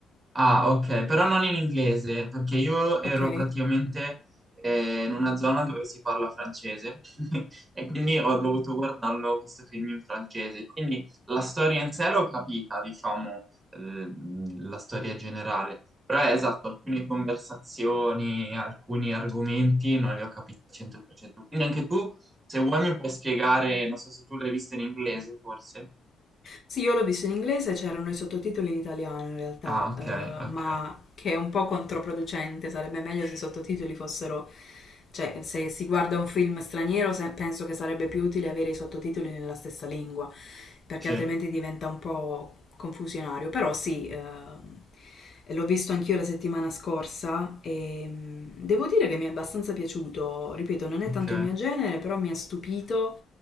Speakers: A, on the right; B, on the left.
A: Ah, ok, però non in inglese, perché io ero
B: Ok.
A: praticamente eh, in una zona dove si parla francese <laughs> e quindi ho dovuto guardarlo questo film in francese. Quindi la storia in sé l'ho capita, diciamo, eh, la storia generale, però è esatto, alcune conversazioni, alcuni argomenti non li ho capiti al 100%. Quindi anche tu, se vuoi, mi puoi spiegare, non so se tu l'hai visto in inglese, forse.
B: Sì, io l'ho visto in inglese, c'erano i sottotitoli in italiano in realtà,
A: Ah, ok,
B: eh,
A: ok,
B: ma che è un po' controproducente, sarebbe meglio se i sottotitoli fossero, cioè se si guarda un film straniero se- penso che sarebbe più utile avere i sottotitoli nella stessa lingua, perché
A: sì,
B: altrimenti diventa un po' confusionario. Però sì, ehm, l'ho visto anch'io la settimana scorsa e mm, devo dire che mi è abbastanza piaciuto, ripeto, non è
A: ok.
B: tanto il mio genere, però mi ha stupito